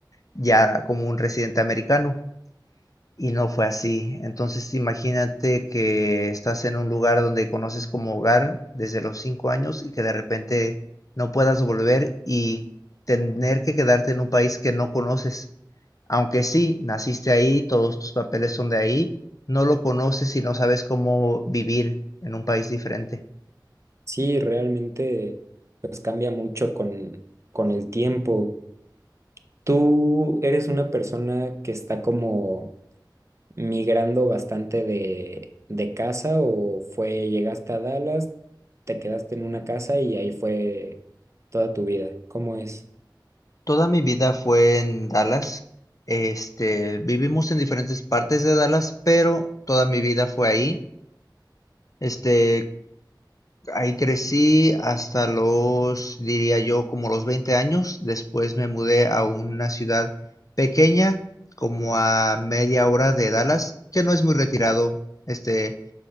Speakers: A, on the left; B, on the right.
A: ya como un residente americano. Y no fue así. Entonces imagínate que estás en un lugar donde conoces como hogar desde los cinco años y que de repente no puedas volver y tener que quedarte en un país que no conoces. Aunque sí, naciste ahí, todos tus papeles son de ahí, no lo conoces y no sabes cómo vivir en un país diferente.
B: Sí, realmente pues cambia mucho con, con el tiempo. Tú eres una persona que está como migrando bastante de, de casa o fue, llegaste a Dallas, te quedaste en una casa y ahí fue toda tu vida. ¿Cómo es?
A: Toda mi vida fue en Dallas. Este, vivimos en diferentes partes de Dallas, pero toda mi vida fue ahí. Este, ahí crecí hasta los, diría yo, como los 20 años. Después me mudé a una ciudad pequeña, como a media hora de Dallas, que no es muy retirado. Este,